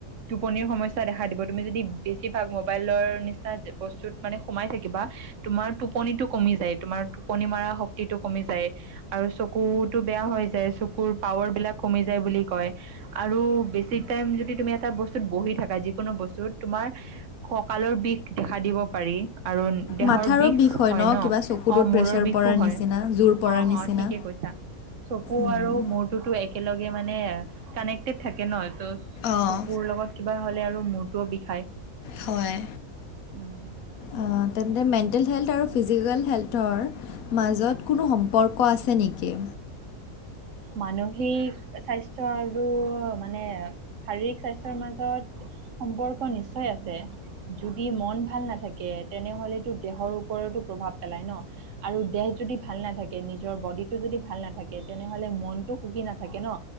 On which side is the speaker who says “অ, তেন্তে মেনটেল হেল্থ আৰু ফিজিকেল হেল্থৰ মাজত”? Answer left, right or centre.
Left